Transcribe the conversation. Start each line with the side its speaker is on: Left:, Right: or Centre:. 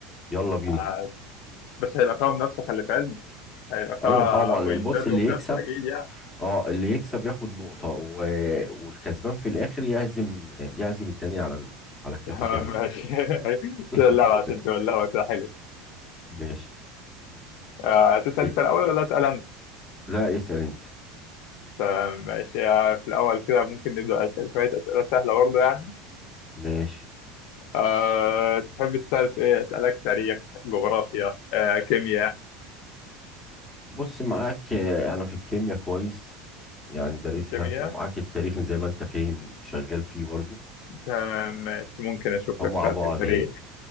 Centre: يلا بينا
Left: آه، بس هيبقى فيها منافسة خلي في علمك هيبقى فيها
Centre: ايوه طبعا
Left: بوينتات
Centre: البص اللي
Left: ومنافسة
Centre: يكسب
Left: أكيد يعني
Centre: اه اللي يكسب ياخد نقطه و... والكسبان في الاخر يعزم يعزم التاني على ال...
Left: <laughs>
Centre: على الكافيتيريا
Left: تمام، ماشي
Centre: النهارده
Left: <laughs>
Centre: <laughs>
Left: كده اللعبة عشان تولعها كده حلو
Centre: ماشي
Left: آه، تسأل
Centre: إيه؟
Left: أنت الأول ولا أسأل أنا؟
Centre: لا اسال انت
Left: تمام، ماشي آه، في الأول كده ممكن نبدأ أسأل شوية أسئلة سهلة برضه يعني
Centre: ماشي
Left: أه تحب تسأل في إيه؟ أسألك تاريخ جغرافيا أه كيمياء
Centre: بص معاك آه، انا في الكيمياء كويس يعني دارسها
Left: كيمياء
Centre: ومعاك التاريخ زي ما انت فاهم شغال فيه برضو
Left: تمام ماشي ممكن اشوف
Centre: فمع
Left: لك سؤال
Centre: بعض
Left: في التاريخ
Centre: يعني